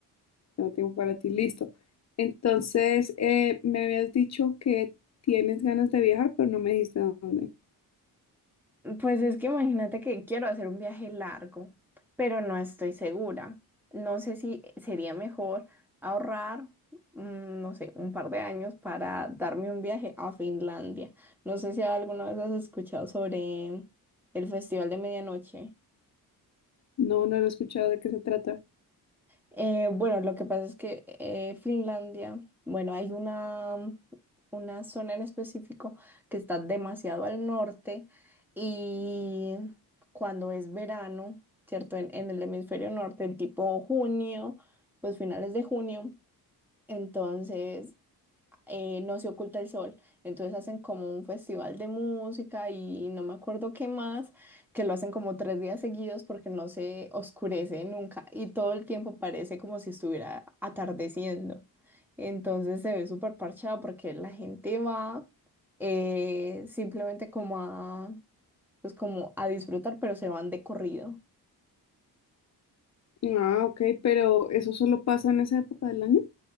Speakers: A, on the left; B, in the centre.
A: Ya no tengo para ti, listo. Entonces, eh, me habías dicho que tienes ganas de viajar, pero no me dijiste a dónde.
B: Pues es que imagínate que quiero hacer un viaje largo, pero no estoy segura. No sé si sería mejor ahorrar, mm, no sé, un par de años para darme un viaje a Finlandia. No sé si alguna vez has escuchado sobre el Festival de Medianoche.
A: No, no lo he escuchado de qué se trata.
B: Eh, bueno, lo que pasa es que eh, Finlandia, bueno, hay una, una zona en específico que está demasiado al norte y cuando es verano, ¿cierto? En, en el hemisferio norte, tipo junio, pues finales de junio, entonces eh, no se oculta el sol. Entonces hacen como un festival de música y no me acuerdo qué más, que lo hacen como tres días seguidos porque no se oscurece nunca y todo el tiempo parece como si estuviera atardeciendo. Entonces se ve súper parchado porque la gente va eh, simplemente como a, pues como a disfrutar, pero se van de corrido.
A: Ah, ok, pero ¿eso solo pasa en esa época del año?